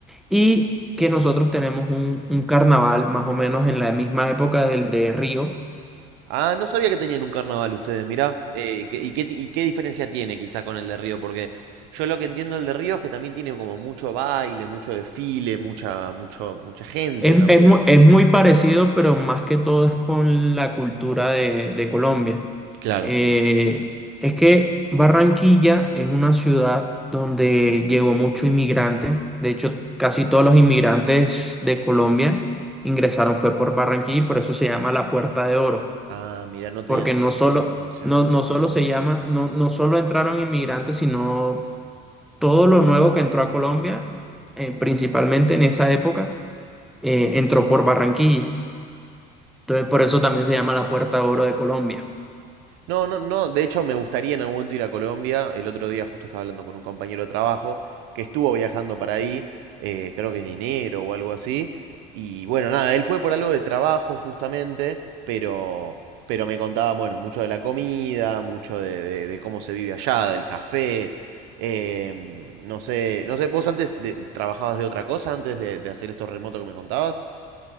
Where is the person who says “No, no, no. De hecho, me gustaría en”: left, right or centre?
Right